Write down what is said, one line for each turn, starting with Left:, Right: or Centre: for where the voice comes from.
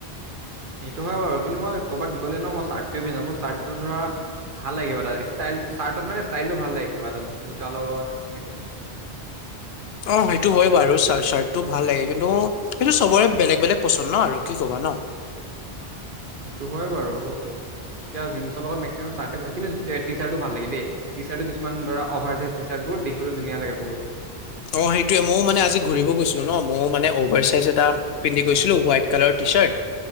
Right: সেইটো হয় বাৰু কিন্তু মই কৰ'বাত গ'লে ন' মই চাৰ্টোৱে পিন্ধা মোৰ চাৰ্টটো ধৰা ভাল লাগিবা তাত ষ্টাইল চাৰ্টত মানে ষ্টাইলটো ভাল লাগে কিবা এটা জোতাৰ লগত এনেকে।
Left: অহ, সেইটো হয় বাৰু চা-চাৰ্টটো ভাল লাগে। কিন্তু সেইটো চবৰে বেলেগ বেলেগ পচন্দ ন' আৰু কি কবা ন'
Right: সেইটো হয় বাৰু। এতিয়া জিন্সৰ লগত মেকচিমাম চাৰ্ট হয়, কিন্তু টিচাৰ্টটো ভাল লাগে দেই টিচাৰ্টটো কিছুমান ধৰা অভাৰ চাইজ টিচাৰ্ট। বহুত দেখিবলৈ ধুনীয়া লাগে বহুত।
Left: অহ, সেইটোযৱে মইয়ো মানে আজি ঘুৰিব গৈছিলোঁ ন'। মইয়ো মানে অভাৰ চাইজ এটা পিন্ধি গৈছিলোঁ, হোৱাইট কালাৰ টি টিচাৰ্ট।